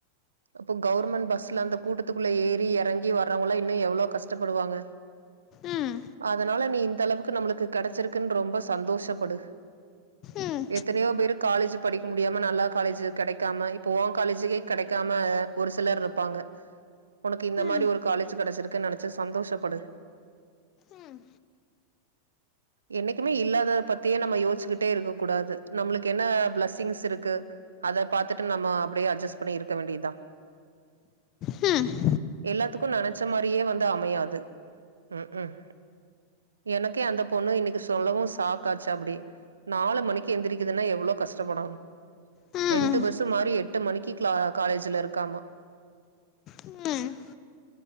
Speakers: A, on the right (about 75°); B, on the left (about 35°).
A: அப்ப கவுர்மண்ட் பஸ் எல்லா அந்த கூட்டத்துக்குள்ள ஏறி யறங்கி வர்றவங்கல்லா இன்னு எவ்ளோ கஷ்டப்படுவாங்க
B: ம்
A: அதனால நீ இந்த அளவுக்கு நம்மளுக்கு கெடச்சிருக்குன்னு ரொம்ப சந்தோஷப்படு
B: ம்
A: எத்தனயோ பேரு காலேஜி படிக்க முடியாம நல்லா காலேஜி கெடைக்காம இப்ப ஓன் காலேஜிக்கே கெடைக்காம ஒரு சிலரு இருப் பாங்க உனக்கு இந்த
B: ம்
A: மாறி
B: ம்
A: ஒரு காலேஜ் கெடச்சிருக்குன்னு நெனச்சு சந்தோஷப்படு
B: ம்
A: என்னைக்குமே இல்லாதத பத்தியே நம்ம யோச்சிக்கிட்டே இருக்க கூடாது நம்மளுக்கு என்ன பிளஸ்ஸிங்ஸ் இருக்கு அத பாத்துட்டு நம்ம அப்டியே அஜஸ் பண்ணி இருக்க வேண்டிய்தா
B: ம்
A: எல்லாத்துக்கு நெனச்ச மாரியே வந்து அமயாது ம் ம் எனக்கே அந்த பொண்ணு இன்னக்கி சொல்லவு சாக்காச்சு அப்டி நாலு மணிக்கு எந்திரிக்குதுன்னா எவ்ளோ கஷ்டப்படணு
B: ம்
A: ரெண்டு பஸ்ஸு மாரி எட்டு மணிக்கு க்ளா காலேஜ்ல இருக்காமா
B: ம்